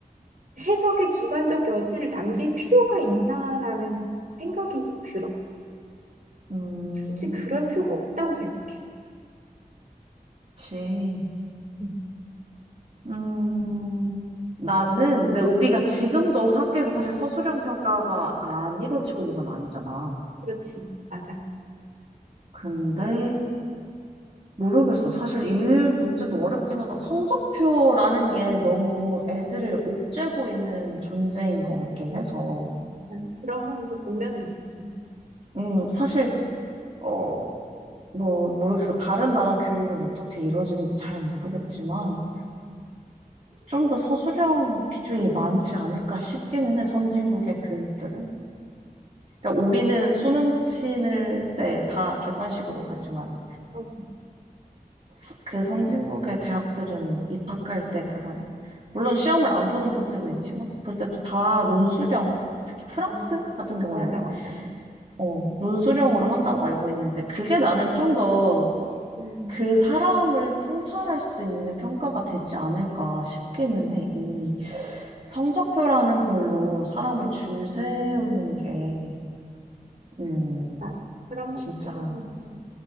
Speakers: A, on the right; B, on the right.
A: 해석의 주관적 여지를 남길 필요가 있나라는 생각이 들어.
B: 음,
A: 굳이 그럴 필요가 없다고 생각해.
B: 그치.
A: 음,
B: 음, 나는 근데 우리가 지금도 학교에서 사실 서술형 평가가 안 이루어지고 있는 건 아니잖아.
A: 그렇지. 맞아.
B: 근데 모르겠어. 사실 이 문제도 어렵긴 하다. 성적표라는 게 너무 애들을 옥죄고 있는 존재인 것
A: 음,
B: 같긴 해서.
A: 맞아. 그런 면도 분명히 있지.
B: 음, 사실 어, 뭐 모르겠어. 다른 나라 교육은 어떻게 이루어지는지 잘 모르겠지만 좀 더 서술형 비중이 많지 않을까 싶기는 해. 선진국의 교육들은. 그러니까 우리는 수능 치는 때 다 객관식으로 가지만
A: 어,
B: 스- 그 선진국의 대학들은 입학할 때 그런 물론 시험을 안 보는 것들도 있지만 볼 때도 다 논술형 특히 프랑스
A: 음,
B: 같은 경우에는
A: 맞아, 맞아.
B: 어, 논술형으로 한다고 알고 있는데 그게 나는 좀 더
A: 음,
B: 그 사람을 통찰할 수 있는 평가가 되지 않을까 싶기는 해. 이 성적표라는 걸로 사람을 줄 세우는 게
A: 그렇지.
B: 음,
A: 맞아. 그런
B: 진짜
A: 면도 분명히 있지.